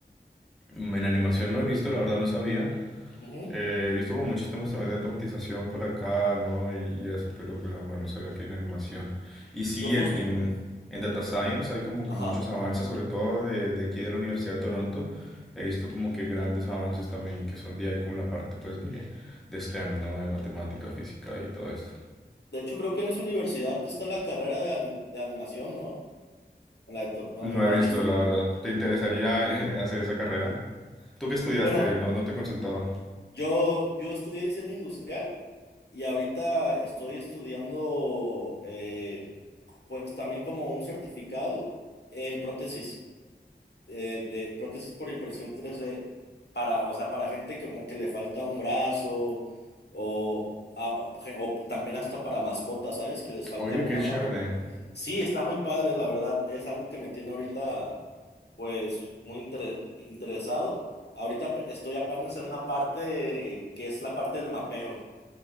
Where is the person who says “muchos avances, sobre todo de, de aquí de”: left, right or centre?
Centre